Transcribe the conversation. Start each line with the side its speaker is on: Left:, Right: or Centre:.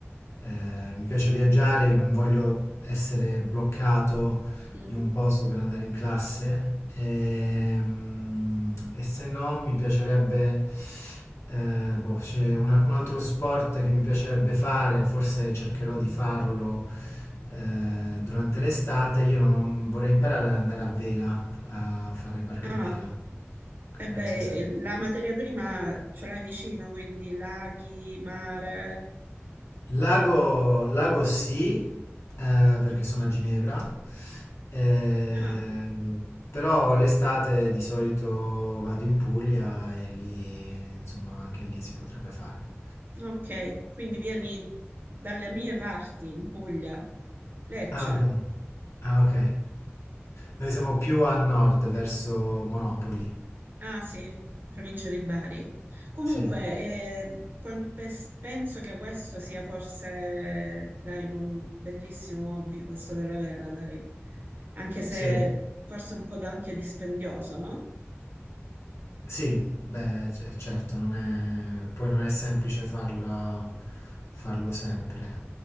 Left: eh, mi piace viaggiare, non voglio essere bloccato
Right: mm.
Left: in un posto per andare in classe ehm, e, se no mi piacerebbe, eh, boh, c'è una- un altro sport che mi piacerebbe fare, forse cercherò di farlo eh, durante l'estate, io non, vorrei imparare ad andare a vela, a fare barca
Right: Ah,
Left: a vela, che
Right: e
Left: penso
Right: beh,
Left: che sarebbe...
Right: eh, la materia prima ce l'hai vicino, quindi laghi, mare.
Left: Lago, Lago sì, eh, perché
Right: Mhm.
Left: sono a Ginevra, eh,
Right: Ah,
Left: però l'estate di solito vado in Puglia e lì, insomma, anche lì si potrebbe fare.
Right: ok, quindi vieni dalle mie parti, in Puglia, Lecce.
Left: Ah, ok. Ah, ok. <laughs> Noi siamo più a nord, verso Monopoli.
Right: Ah sì, provincia di Bari. Comunque,
Left: Sì,
Right: eh, que- pes- penso che questo sia forse, dai, un bellissimo hobby, questo della vela, dai. Anche se
Left: sì.
Right: forse un po' da- anche dispendioso, no?
Left: Sì, beh, c- certo, non è, poi non è semplice farla, farlo sempre,